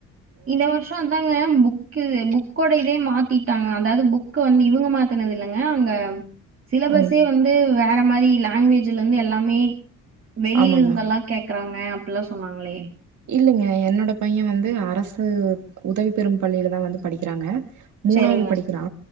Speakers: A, on the right; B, on the right.
A: இந்த வருஷந்தா ங்க புக்கு புக்கோட இதே மாத்திட்டாங்க அதாவது புக் வந்து இவங்க மாத்தினது இல்லங்க அங்க சிலபஸ்ஸே
B: ம். ம்.
A: வந்து வேற மாரி லாங்குவேஜ்லருந்து எல்லாமே வெளிலிருந்தெல்லா
B: ஆமாங்க.
A: கேக்குறாங்க அப்பிட்லா சொன்னாங்களே
B: இல்லலங்க என்னோட பைய வந்து அரசு உதவி பெறும் பள்ளியிலதா வந்து படிக்கிறாங்க மூணாவ்து
A: சரிங்க
B: படிக்கிறா